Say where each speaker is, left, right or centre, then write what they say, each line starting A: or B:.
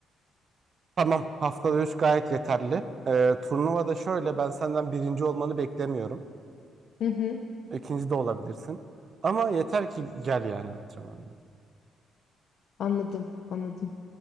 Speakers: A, on the right; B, on the left.
A: Tamam haftada 3 gayet yeterli. Ee, turnuvada şöyle ben senden birinci olmanı beklemiyorum.
B: Hı hı,
A: İkinci de olabilirsin. Ama yeter ki gel yani antrenmanlara.
B: anladım, anladım.